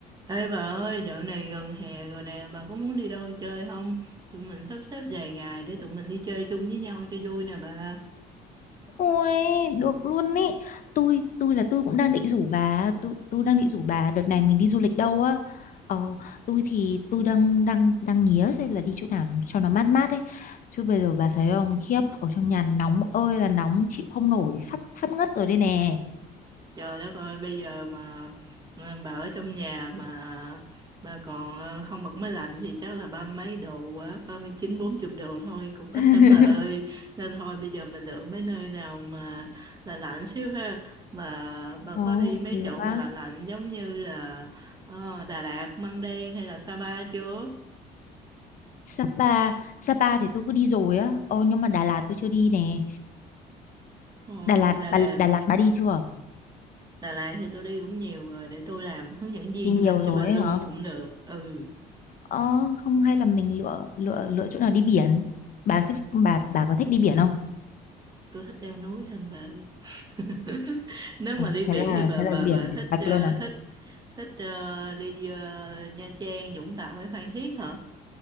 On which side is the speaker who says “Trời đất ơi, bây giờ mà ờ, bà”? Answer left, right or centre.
Right